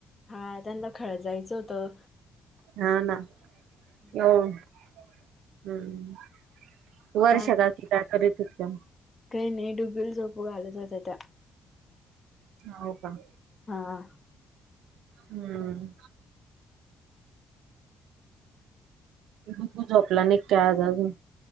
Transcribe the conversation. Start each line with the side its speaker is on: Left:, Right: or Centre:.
Left: हा त्यांना खळ जायचं होतं.
Right: हा ना
Left: हम्म.
Right: हो हम्. वर्षा
Left: चाल
Right: काकी काय करीत हुत्यम
Left: काही नाही डुबुल झोपु घालंत होत्या त्या.
Right: हो का?
Left: हा.
Right: हम्म. डुगू झोपला नाही का आज अजून?